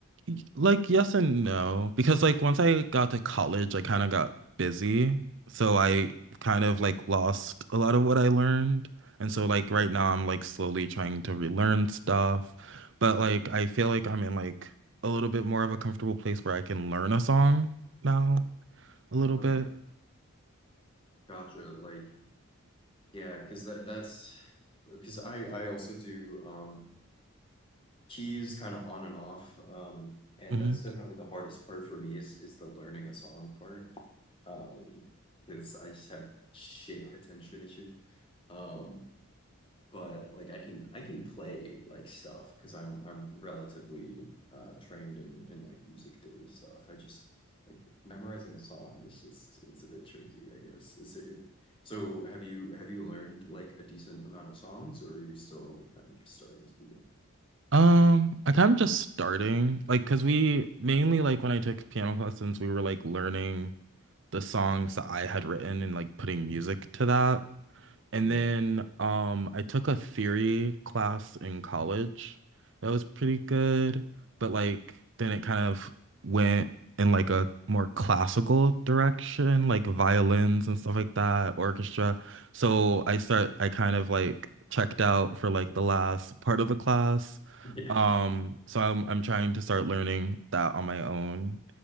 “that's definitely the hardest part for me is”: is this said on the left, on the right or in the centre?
Left